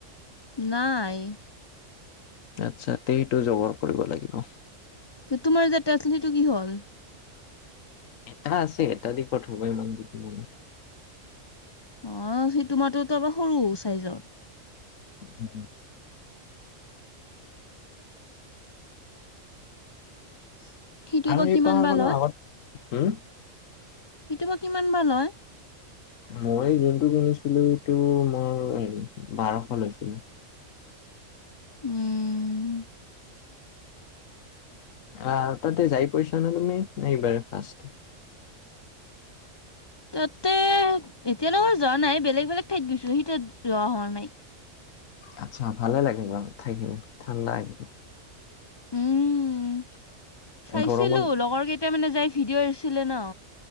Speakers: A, on the left; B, on the left.
A: নাই।
B: আচ্ছা সেইটো জগৰ কৰিব লাগিব।
A: তোমাৰ যে সিটো কি হল?
B: এটা আছে এটা দিশত হবই ইমান কেইটা মানুহ
A: অহ ', সিটোমাৰোতো আাৰ সৰু চাইজত।
B: উম - উম
A: <inaudible> সিটো
B: আৰু
A: বা
B: সেই
A: কিমান
B: পাহাৰখনৰ
A: বাল লৈ
B: আগত হম',
A: সেইটো বা কিমান বাৰ লয়?
B: মই যোনটো কিনিছিলো এইটো মোৰ হে বাৰশ লৈছিলে।
A: উম',
B: আহ তাতে যাই পাইছা নে তুমি এইবাৰ ফাৰ্ষট।
A: তাতে এতিয়ালৈকে যোৱা নাই বেলেগ - বেলেগ ঠাইত গৈছোহি ত যোৱা হোৱা নাই।
B: আচ্ছা ভালে লাগে জ ঠাইখিনি ঠাণ্ডা একদম।
A: উম', চাইছিলো
B: গৰমত
A: লগৰ কেইটা। মানে যাই ভিডিঅ' এৰিছিলে ন।